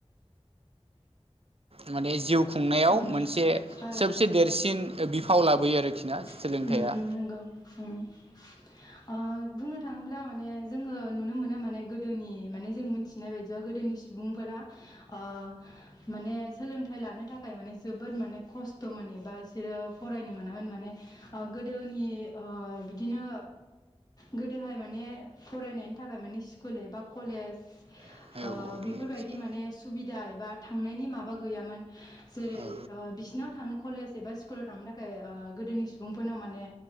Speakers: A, on the right (about 60°); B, on the left (about 35°).
A: माने जिउ खुंनायाव
B: ओं
A: मोनसे
B: ओं
A: सबसे देरसिन बिफाव लाबोयो आरोखि ना सोलोंथाइया।
B: उम उम नंगौ उम। ओ बुंनो थाङोब्ला माने जोङो नुनो मोनो माने गोदोनि माने जों मिथिनाय बायदिबा गोदोनि सुबुंफोरा ओ माने सोलोंथाइ लानो थाखाय माने जोबोद माने खस्थ'मोन एबा बिसोरो फरायनो मोनामोन माने ओ गोदोनि ओ बिदिनो गोदोहाय माने फरायनायनि थाखाय माने स्कुल एबा कलेज
A: औ औ
B: ओ बेफोरबायदि
A: निस्सय
B: माने सुबिदा एबा थांनायनि माबा गैयामोन। जेरै
A: औ
B: ओ बिसिनाव थांनो कलेज एबा स्कुलाव थांनो थाखाय ओ गोदोनि सुबुंफोरनाव माने